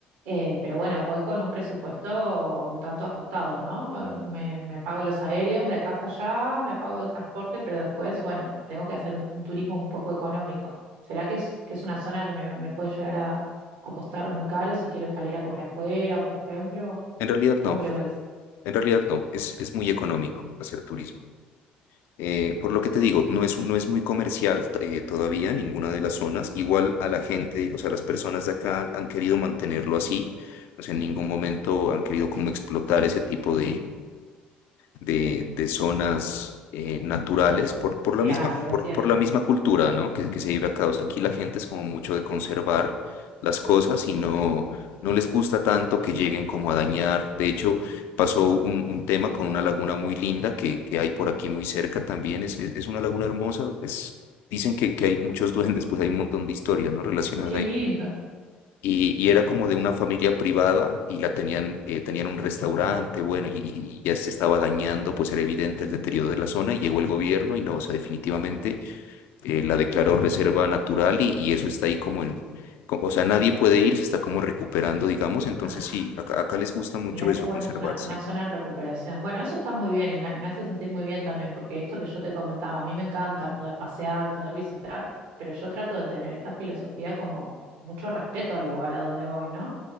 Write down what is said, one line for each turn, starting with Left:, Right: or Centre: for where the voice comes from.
Right: Eh, pero bueno, voy con un presupuesto un tanto ajustado, ¿no? Eh, Me, me pago los aéreos de acá hasta allá, me pago el transporte, pero después, bueno, tengo que hacer un, un turismo un poco económico. ¿Será que es, que es una zona que me, me puede llegar a a costar muy caro si quiero salir a comer afuera, por ejemplo?
Left: En realidad
Right: ¿Cómo
Left: no,
Right: lo ves?
Left: en realidad no, es, es muy económico hacer turismo. Eh, por lo que te digo, no es, no es muy comercial eh, todavía ninguna de las zonas, igual a la gente, o sea, las personas de acá han querido mantenerlo así, o sea, en ningún momento han querido como explotar ese tipo de de, de zonas eh, naturales por, por la
Right: Claro,
Left: misma,
Right: lo
Left: por,
Right: entiendo.
Left: por la misma cultura, ¿no? Que, que se vive acá. O sea, aquí la gente es como mucho de conservar las cosas y no, no les gusta tanto que lleguen como a dañar. De hecho, pasó un, un tema con una laguna muy linda que, que hay por aquí muy cerca también. Es, es, es una laguna hermosa. Es, dicen que, que hay muchos duendes, pues hay un montón de historias, ¿no? Relacionadas
Right: Qué
Left: ahí.
Right: lindo.
Left: Y, y era como de una familia privada y la tenían, eh, tenían un restaurante, bueno, y, y ya se estaba dañando, pues era evidente el deterioro de la zona y llegó el gobierno y no, o sea, definitivamente eh, la declaró reserva natural y, y eso está ahí como en, co- o sea, nadie puede ir, se está como recuperando, digamos, entonces
Right: Ah,
Left: sí, acá, acá les gusta mucho
Right: mira
Left: eso,
Right: qué bueno,
Left: conservar,
Right: es una, una
Left: sí.
Right: zona en recuperación. Bueno, eso está muy bien y me, me hace sentir muy bien también, porque esto que yo te comentaba, a mí me encanta poder pasear, poder visitar, pero yo trato de tener esta filosofía como de mucho respeto al lugar a donde voy, ¿no?